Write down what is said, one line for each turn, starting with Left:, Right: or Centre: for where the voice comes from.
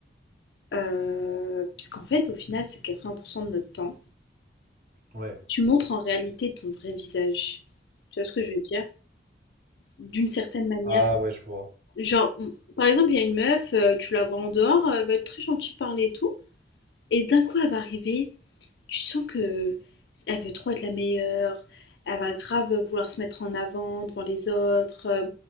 Left: heu, puisqu'en fait, au final, c'est 80 de notre temps,
Right: Ouais.
Left: Tu montres en réalité ton vrai visage. Tu vois ce que je veux dire? D'une certaine manière.
Right: Ah ouais, je vois.
Left: Genre, m- par exemple, il y a une meuf, euh, tu la vois en dehors, euh, elle va être très gentille, parler et tout. Et d'un coup, elle va arriver, tu sens que elle veut trop être la meilleure, elle va grave vouloir se mettre en avant devant les autres, euh,